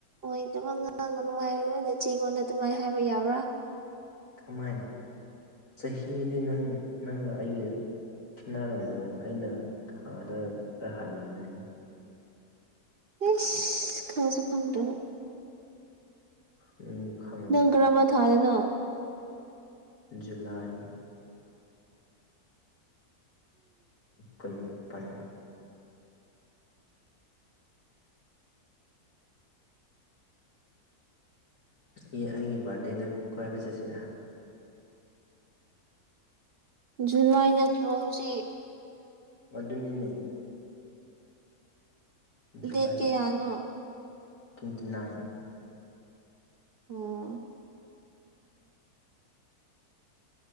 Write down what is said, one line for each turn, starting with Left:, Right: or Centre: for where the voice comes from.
Right: ꯑꯗꯨꯝ ꯉꯥꯡꯒꯅꯨ ꯍꯥꯣꯔꯒ ꯅꯆꯦꯡꯉꯣꯟꯗ ꯑꯗꯨꯃꯥꯏꯅ ꯍꯥꯏꯕ ꯌꯥꯕ꯭ꯔꯥ
Left: ꯀꯃꯥꯏꯅ ꯆꯍꯤꯗꯤ ꯅꯪ ꯅꯪꯒ ꯑꯩꯒ ꯈꯦꯅꯔꯝꯃꯣꯏ ꯑꯩꯅ ꯊꯥꯗ ꯈꯔ ꯍꯜꯂꯝꯅꯤ
Right: ꯏꯁ ꯈꯪꯁꯨ ꯈꯪꯗꯔꯒ
Left: ꯎꯝ ꯈꯪ
Right: ꯅꯪ ꯀꯔꯝꯕ ꯊꯥꯗꯅꯣ
Left: ꯖꯨꯂꯥꯏ ꯀꯨꯟ ꯃꯄꯜ ꯑꯩꯒꯤ ꯕꯥꯔꯗꯦꯗ ꯀꯣꯢꯕ ꯆꯠꯁꯤꯔ
Right: ꯖꯨꯂꯥꯢ ꯅꯠꯇ꯭ꯔꯣ ꯍꯧꯖꯤꯛ
Left: ꯃꯗꯨꯅꯤꯅꯦ ꯖꯨꯂꯥꯏ
Right: ꯗꯦꯠ ꯀꯌꯥꯅꯣ
Left: ꯇ꯭ꯋꯦꯟꯇꯤ ꯅꯥꯏꯟ
Right: ꯑꯣ